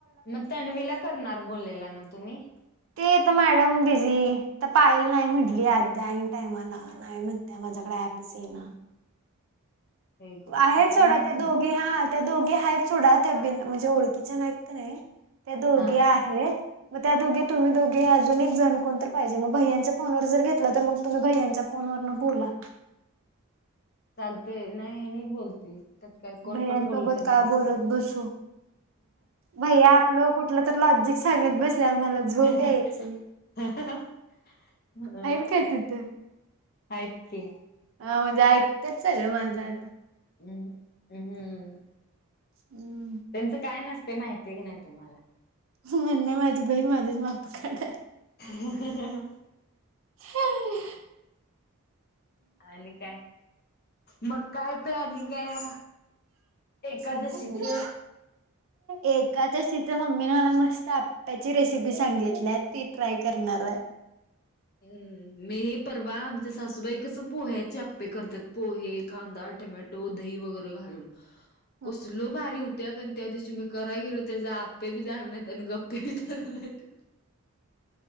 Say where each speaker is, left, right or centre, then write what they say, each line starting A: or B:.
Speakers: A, on the left (about 45°); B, on the right (about 60°).
A: मग तन्वीला करणार बोललेला ना, तुम्ही?
B: ते तर मॅडम बिझी. तर पायल नाही म्हटली, आध्या- आईन टाइमाला. नाही म्हणत्याय, माझ्याकडे ऍपच येईना.
A: होय ग
B: आहेत
A: पाहिलं
B: सोडा
A: नाही
B: त्या
A: म्हणले
B: दोघी हा. त्या दोघी आहेत सोडा, त्या बि म्हणजे ओळखीच्या नाहीत का नाही त्या दोघी
A: हा
B: आहेत. मग त्या दोघी तुम्ही दोघी अजून एक जण कोण तर पाहिजे मग भैय्यांच्या फोनवर जर घेतला तर मग तुम्ही भैयांचा फोन वरन बोला.
A: चालतय, नाही ह्यांनी बोलतील. त्यात काय? कोण
B: भैयांसोबत
A: पण बोलल तर झालं
B: काय बोलत
A: की.
B: बसू भैया आपलं कुठलं तर लॉजिक सांगत बसल्यावर मला झोप
A: ह ह
B: यायची
A: हा हा. घरात?
B: आहेत काय तिथं
A: हयात की.
B: हा, म्हणजे ऐकतात सगळं माझं आ
A: हम् हम् हम्
B: हम्म
A: त्यांचं काय नसत माहिती क नाही तुम्हाला?
B: म्हण नाही माझी बहीण माझीच माप काढाय.
A: ह ह हा
B: ह.
A: आणि काय? मग काय प्लॅनिंग आहे?
B: कशाच
A: एकादशीचं?
B: एकादशीच मम्मीने मला मस्त आप त्याची रेसिपी सांगितल्यात ती ट्राय करणार आहे.
A: हम्म, मी परवा आमच्या सासूबाई कस पोह्याचे आप्पे करतात पोहे, कांदा, टोमॅटो दूध, दही वगैरे घालून.
B: <unintelligible>
A: कसल भारी होत्यात! आणि त्या दिवशी मी कराय गेलो, त्या आप्पेबी झाले नाहीत आणि गप्पे ते झाले नाही त.